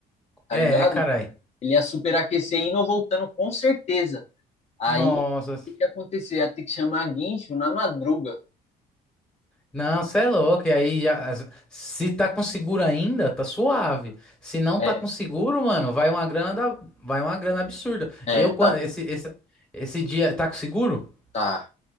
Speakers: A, on the left; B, in the centre.
A: tá
B: É,
A: ligado?
B: é, carai.
A: Ele ia superaquecer indo ou voltando, com certeza. Aí,
B: Nossa.
A: o que ia acontecer? Ia ter que chamar guincho na madruga.
B: Não, você é louco. E aí, já- se tá com seguro ainda, tá suave. Se não
A: É,
B: tá com seguro, mano, vai uma grana, da- vai uma grana absurda.
A: é,
B: Eu,
A: tá,
B: quando esse, esse, esse dia, tá com seguro?
A: tá.